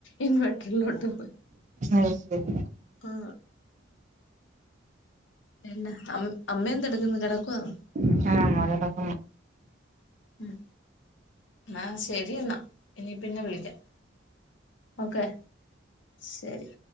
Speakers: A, on the left; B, on the right.
A: ഇൻവെർട്ടർ ലോട്ട് പോ
B: അത് ശരി
A: ആ പിന്നെ അം അമ്മ എന്ത എടുക്കുന്നു കെടക്കുവാന്നോ
B: ഉം ആഹ്
A: ഉം ആ ശരി ശരി എന്നാ ഇനി പിന്നെ വിളിക്കാം ഓക്കെ ശരി